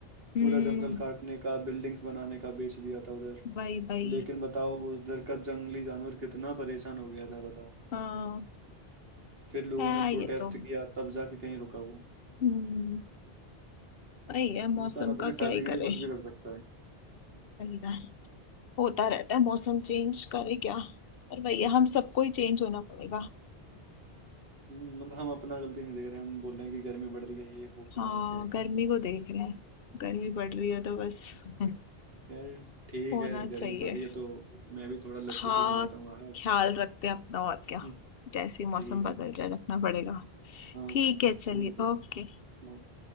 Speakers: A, on the left (about 65°); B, on the right (about 65°).
A: हम्म
B: पूरा जंगल काटने का बिल्डिंग्स बनाने का बेच दिया था उधर
A: वही वही
B: लेकिन बताओ उधर का जंगली जानवर कितना परेशान हो गया था बताओ
A: हाँ
B: फिर लोगों
A: है
B: ने प्रोटेस्ट
A: ये तो
B: किया तब जाके कहीं रुका वो
A: हम्म वही है मौसम
B: इंसान अपने
A: का
B: फायदे
A: क्या ही
B: के लिए
A: करे
B: कुछ भी कर सकता है
A: वही ना होता रहता है मौसम चेंज करे क्या पर वही है हम सबको ही चेंज होना पड़ेगा
B: हम्म, मतलब हम अपना गलती नहीं देख रहे हम बोल रहे हैं कि गर्मी बढ़ रही है ये वो
A: हाँ
B: पता नहीं क्या क्या
A: गर्मी को देख रहे हैं गर्मी बढ़ रही है तो बस <laughs>
B: यार ठीक
A: होना
B: है
A: चाहिए
B: गर्मी पड़ रही है तो मैं भी थोड़ा लस्सी
A: हाँ
B: पीने जाता हूँ बाहर
A: ख्याल रखते हैं अपना और क्या
B: हम्म,
A: जैसे ही मौसम
B: ठीक
A: बदल
B: है
A: रहा है रखना पड़ेगा
B: ओके
A: ठीक है चलिए
B: ठीक है
A: ओके
B: ओके।